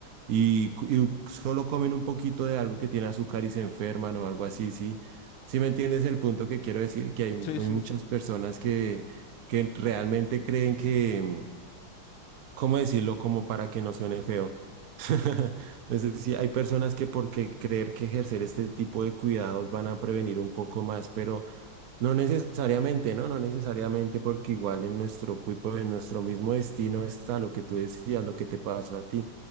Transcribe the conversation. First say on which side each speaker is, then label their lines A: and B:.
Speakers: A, on the right; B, on the left.
A: Y, cu- y solo comen un poquito de algo que tiene azúcar y se enferman o algo así, sí. sí me entiendes el punto que quiero decir, que hay, hay
B: Sí, sí,
A: muchas
B: sí.
A: personas que, que realmente creen que, mm, ¿cómo decirlo? Como para que no suene feo. <laughs> Entonces, sí, hay personas que porque creer que ejercer este tipo de cuidados van a prevenir un poco más, pero no necesariamente, ¿no? No necesariamente, porque igual en nuestro, propio- en nuestro mismo destino está lo que tú decías, lo que te pasó a ti.